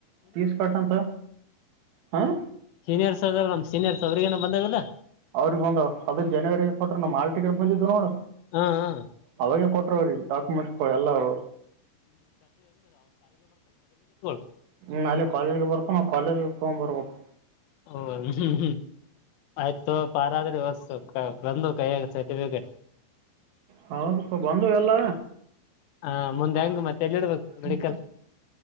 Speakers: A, on the right (about 80°); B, on the left (about 80°).
A: ೀಸ್ ಕಟ್ ಅಂತ ಹಾಂ
B: ಸೀನಿಯರ್ಸ್ ಹೌದರ್ ನಾಮ್ ಸೀನಿಯರ್ಸ್ ಅವ್ರಗ ಏನ ಬಂದಾಗದ
A: ಅವ್ರ ಬಂದ್ ಅದೇ ಜನವರಿರಗೆ ಕೊಟ್ರ ನ ಮಾಲ್ ಟಿಕೆಟ್ ಬಂದಿದ್ದು ನೋಡು
B: ಹಾ ಹಾ
A: ಅವಾಗೇ ಕೊಟ್ಟರು ಅವ್ರಿಗೆ ಡಾಕ್ಯುಮೆಂಟ್ಸ್ಗಳು ಎಲ್ಲವು
B: <unintelligible>
A: ಹ ಅಲ್ಲಿೆ ಕಾಲೇಜ್ಗೆ ಬರ್ತು ನಾವು ಕಾಲೇಜಿಗೆ ತಗೊಂಡ್ ಬರ್ಬೇಕು
B: ಹ ಹ್ಮ್ ಹ್ಮ್ ಆಯ್ತು ಪಾರಾದ್ರಿ ವರ್ಸ್ತು ಬಂದು ಕೈಯ ಸರ್ಟಿಫಿಕೇಟ್
A: ಹೌ ಸ್ಪ ಬಂದು ಎಲ್ಲ
B: ಹಾ ಮುಂದೆ ಹೆಂಗ್ ಮತ್ತೆ ಎಲ್ಲಿ ಇಡ್ಬೇಕು
A: ಹ್ಮ
B: ಮೆಡಿಕಲ್